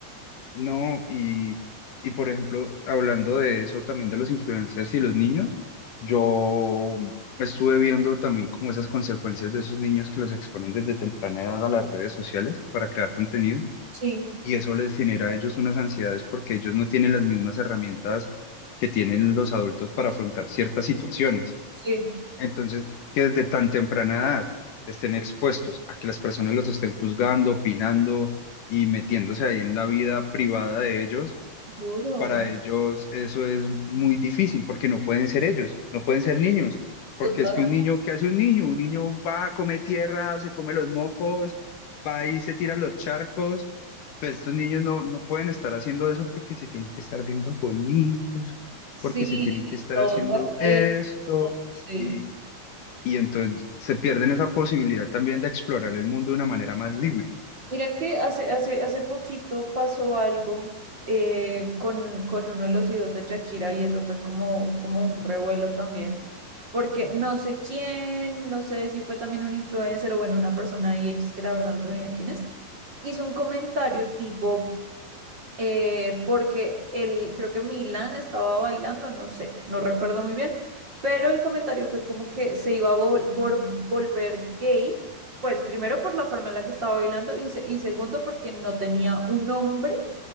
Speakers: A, on the left (about 65°); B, on the right (about 35°).
A: No, y, y por ejemplo, hablando de eso también de los influencers y los niños, yo estuve viendo también como esas consecuencias de esos niños que los exponen desde temprana edad a las redes sociales para crear contenido
B: Sí,
A: y eso les genera a ellos unas ansiedades porque ellos no tienen las mismas herramientas que tienen los adultos para afrontar ciertas situaciones.
B: sí,
A: Entonces, que desde tan temprana edad estén expuestos a que las personas los estén juzgando, opinando y metiéndose ahí en la vida privada de ellos
B: duro,
A: para ellos eso es muy difícil porque no pueden ser ellos, no pueden ser niños, porque
B: total.
A: es que un niño, ¿qué hace un niño? Un niño va, come tierra, se come los mocos, va y se tira a los charcos. Pues estos niños no, no pueden estar haciendo eso porque se tienen que estar viendo bonitos,
B: Sí,
A: porque se tienen que estar
B: todo
A: haciendo
B: perfecto,
A: esto
B: sí.
A: y, y entonces se pierden esa posibilidad también de explorar el mundo de una manera más libre.
B: Mira que hace, hace, hace poquito pasó algo eh, con, con uno de los hijos de Shakira y eso fue como, como un revuelo también, porque no sé quién, no sé si fue también un influencer o bueno, una persona ahí X que la verdad no tengo ni idea quién es, hizo un comentario tipo, eh, porque el, creo que Milán estaba bailando, no sé, no recuerdo muy bien, pero el comentario fue como que se iba a vol- vol- volver gay, pues primero por la forma en la que estaba bailando y, se- y segundo porque no tenía un hombre